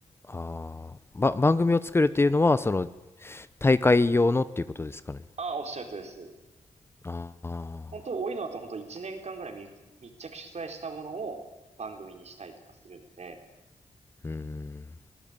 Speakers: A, on the left; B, on the right.
A: ああ、ば、番組を作るっていうのは、その大会用のっていうことですかね。
B: あ、おっしゃるとりです。
A: ああ、
B: 本当多いのだと本当1年間ぐらい密密着取材したものを番組にしたりとかするので、
A: うーん。